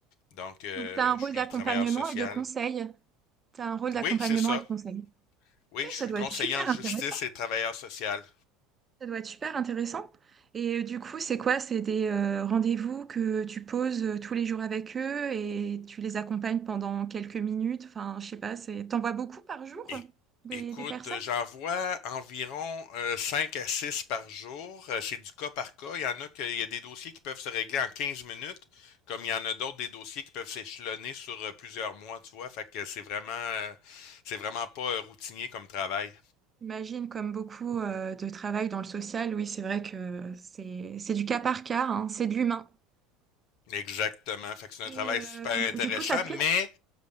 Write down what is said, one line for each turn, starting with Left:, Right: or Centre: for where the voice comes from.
Left: Donc, euh,
Right: Donc t'as un rôle
Left: je suis
Right: d'accompagnement
Left: travailleur social
Right: et de conseil. T'as un rôle d'accompagnement
Left: Oui, c'est ça.
Right: et de conseil.
Left: Oui,
Right: Ok,
Left: je
Right: ça
Left: suis
Right: doit
Left: conseiller
Right: être super
Left: en justice
Right: intéressant.
Left: et travailleur social.
Right: Ça doit être super intéressant. Et euh, du coup, c'est quoi? C'est des euh, rendez-vous que tu poses euh, tous les jours avec eux et tu les accompagnes pendant quelques minutes. Enfin, je sais pas, c'est t'envoies beaucoup par jour
Left: É-
Right: des,
Left: Écoute,
Right: des personnes?
Left: j'en vois environ euh, 5 à 6 par jour. Euh, C'est du cas par cas. Il y en a que, il y a des dossiers qui peuvent se régler en 15 minutes, comme il y en a d'autres des dossiers qui peuvent s'échelonner sur euh, plusieurs mois, tu vois. Fait que c'est vraiment euh, c'est vraiment pas euh, routinier comme travail.
Right: J'imagine, comme beaucoup euh, de travail dans le social, oui, c'est vrai que c'est c'est du cas par cas, hein, c'est de l'humain.
Left: Exactement. Fait que c'est
Right: Et
Left: un travail
Right: euh,
Left: super intéressant,
Right: du coup, ça te
Left: mais
Right: plaît?